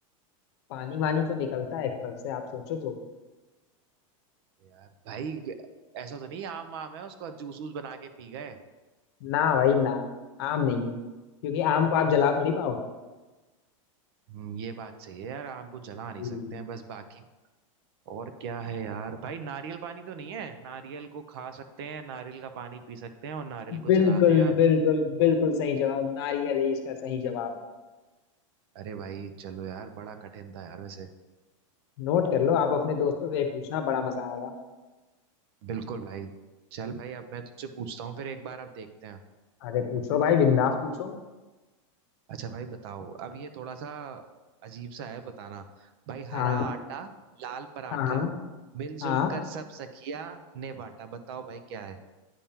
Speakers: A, on the left (about 50°); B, on the right (about 50°).
A: पानी वानी तो निकलता है एक फल से आप सोचो तो
B: यार भाई ऐसा तो नहीं आम वाम है उसको जूस वूस बना के पी गए
A: ना भाई ना आम नहीं है क्योंकि आम को आप जला थोड़ी पाओगे
B: हम्म, ये बात सही है यार आम को जला नहीं
A: जी।
B: सकते हैं बस बाकी और क्या है यार भाई नारियल पानी तो नहीं है नारियल को खा सकते हैं नारियल का पानी पी सकते हैं और नारियल को
A: बिल्कुल
B: जला दें यार
A: बिल्कुल बिल्कुल सही जवाब नारियल ही इसका सही जवाब है
B: अरे भाई चलो यार बड़ा कठिन था यार वैसे
A: नोट कर लो आप अपने दोस्तों से पूछना बड़ा मजा आएगा
B: बिल्कुल भाई चल भाई अब मैं तुझसे पूछता हूँ फिर एक बार अब देखते हैं
A: अरे पूछो भाई बिंदास पूछो
B: अच्छा भाई बताओ अब ये थोड़ा सा अजीब सा है बताना भाई
A: हाँ
B: हरा आटा लाल पराठा
A: हाँ हाँ
B: मिलजुल
A: हाँ
B: कर सब सखिया ने बाटा बताओ भाई क्या है